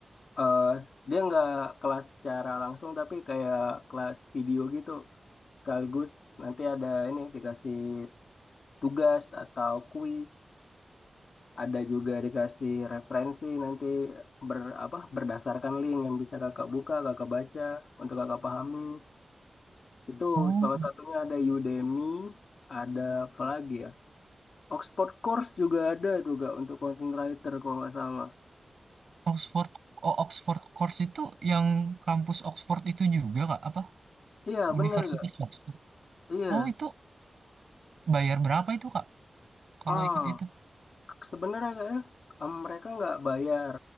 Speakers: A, on the left (about 65°); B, on the right (about 65°).
A: eh, dia nggak kelas secara langsung tapi kayak kelas video gitu. Sekaligus nanti ada ini dikasih tugas atau kuis, ada juga dikasih referensi nanti ber apa berdasarkan link yang bisa kakak buka, kakak baca untuk kakak pahami. Itu
B: oh,
A: salah satunya ada Udemy, ada apa lagi ya? Oxford Course juga ada juga untuk content writer kalau nggak salah.
B: Oxford oh, Oxford course itu yang kampus Oxford itu juga, Kak, apa?
A: Iya,
B: Universitas
A: bener nggak?
B: Oxford.
A: Iya.
B: Oh, itu bayar berapa itu, Kak? Kalau
A: Ah.
B: ikut itu?
A: Sebenarnya kayaknya, em, mereka nggak bayar.